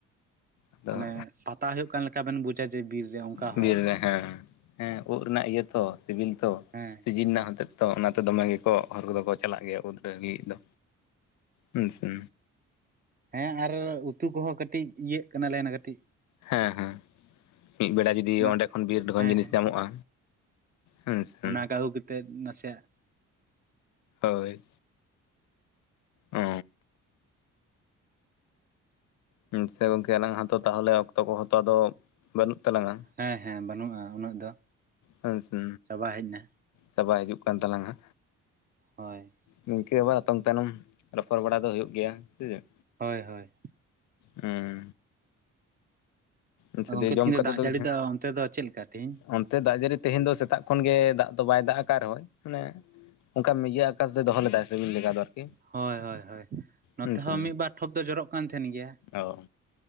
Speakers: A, on the left; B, on the right.
A: ᱟᱫᱚ
B: ᱢᱟᱱᱮ ᱯᱟᱛᱟ ᱦᱩᱭᱩᱜ ᱠᱟᱱ ᱞᱮᱠᱟ ᱵᱮᱱ ᱵᱩᱡᱟ ᱡᱮ ᱵᱤᱨ ᱨᱮ ᱚᱱᱠᱟ
A: ᱵᱤᱨ
B: ᱦᱚᱲ
A: ᱨᱮ ᱦᱮᱸ ᱦᱮᱸ ᱩᱫ ᱨᱮᱱᱟᱜ ᱤᱭᱟᱹ ᱛᱚ ᱥᱤᱵᱤᱞ ᱛᱚ
B: ᱦᱮᱸ
A: ᱥᱤᱡᱤᱱ ᱨᱮᱱᱟᱜ ᱦᱚᱛᱮᱫ ᱛᱚ ᱚᱱᱟᱛᱮ ᱫᱚᱢᱮ ᱜᱮᱠᱚ ᱦᱚᱲᱚᱨ ᱠᱚᱫᱚ ᱠᱚ ᱪᱟᱞᱟᱜ ᱜᱮᱭᱟ ᱩᱱᱟᱹ ᱞᱟᱹᱜᱤᱫ ᱫᱚ ᱟᱪᱪᱷᱟ
B: ᱦᱮᱸ ᱟᱨ ᱩᱛᱩ ᱠᱚᱦᱚᱸ ᱠᱟᱹᱴᱤᱡ ᱤᱭᱟᱹᱜ ᱠᱟᱱᱟᱞᱮᱱᱟ ᱠᱟᱹᱴᱤᱡ
A: ᱦᱮᱸ ᱦᱮᱸ ᱢᱤᱫ ᱵᱮᱲᱟ ᱡᱩᱫᱤ
B: ᱵᱟ
A: ᱚᱸᱰᱮ ᱠᱷᱚᱱ ᱵᱤᱨ ᱡᱚᱠᱷᱚᱱ
B: ᱦᱮᱸ
A: ᱡᱤᱱᱤᱥ ᱧᱟᱢᱚᱜᱼᱟ ᱦᱮᱸᱥᱮ
B: ᱚᱱᱟ ᱠᱚ ᱟᱹᱜᱩ ᱠᱟᱛᱮᱫ ᱱᱟᱥᱮᱭᱟᱜ
A: ᱦᱳᱭ ᱚ ᱦᱮᱸ ᱥᱮ ᱜᱚᱝᱠᱮ ᱟᱞᱟᱝ ᱦᱟᱛᱚ ᱛᱟᱦᱚᱞᱮ ᱚᱠᱛᱚ ᱠᱚᱦᱚᱸᱛᱚ ᱟᱫᱚ ᱵᱟᱹᱱᱩᱜ ᱛᱟᱞᱟᱝᱟ
B: ᱦᱮᱸ ᱦᱮᱸ ᱵᱟᱹᱱᱩᱜᱼᱟ ᱩᱱᱟᱹᱜ ᱫᱚ
A: ᱦᱮᱸ ᱥᱮ
B: ᱪᱟᱵᱟ ᱦᱮᱡ ᱮᱱᱟ
A: ᱪᱟᱵᱟ ᱦᱤᱡᱩᱜ ᱠᱟᱱ ᱛᱟᱞᱟᱝ-ᱟ
B: ᱦᱚᱭ
A: ᱱᱤᱝᱠᱟᱹ ᱟᱵᱟᱨ ᱚᱛᱚᱢ ᱛᱟᱭᱱᱚᱢ ᱨᱚᱯᱚᱲ ᱵᱟᱲᱟ ᱫᱚ ᱦᱩᱭᱩᱜ ᱜᱮᱭᱟ ᱦᱮᱸ ᱥᱮ ᱪᱮᱫ
B: ᱦᱳᱭ ᱦᱳᱭ
A: ᱦᱮᱸ ᱟᱪᱪᱷᱟ
B: ᱜᱚᱝᱠᱮ
A: ᱫᱤᱭᱮ ᱡᱚᱢ
B: ᱛᱮᱦᱤᱧ
A: ᱠᱟᱛᱮᱜ
B: ᱫᱟᱜ
A: ᱫᱚ
B: ᱡᱟᱹᱲᱤ ᱚᱱᱛᱮ ᱫᱚ ᱪᱮᱫ ᱞᱮᱠᱟ ᱛᱮᱦᱤᱧ
A: ᱦᱮᱸ ᱛᱮ ᱫᱟᱜ ᱡᱟᱹᱲᱤ ᱛᱮᱦᱮᱧ ᱫᱚ ᱥᱮᱛᱟᱜ ᱠᱷᱚᱱ ᱜᱮ ᱫᱟᱜ ᱫᱚ ᱵᱟᱭ ᱫᱟᱜᱟᱜ ᱨᱮᱦᱚᱸ ᱢᱟᱱᱮ ᱚᱱᱠᱟ ᱢᱤᱭᱟᱹ ᱟᱠᱟᱥ ᱫᱚᱭ ᱫᱚᱦᱚ ᱞᱮᱫᱟᱭ ᱨᱤᱢᱤᱞ ᱞᱮᱠᱟ ᱫᱚ ᱟᱨᱠᱤ
B: ᱦᱳᱭ ᱦᱳᱭ ᱦᱳᱭ ᱱᱚᱛᱮ
A: ᱦᱮᱸ ᱥᱮ
B: ᱦᱚᱸ ᱢᱤᱫ ᱵᱟᱨ ᱴᱷᱚᱯ ᱫᱚ ᱡᱚᱨᱚᱜ ᱠᱟᱱ ᱛᱟᱦᱮᱸᱱ ᱜᱮᱭᱟ
A: ᱚ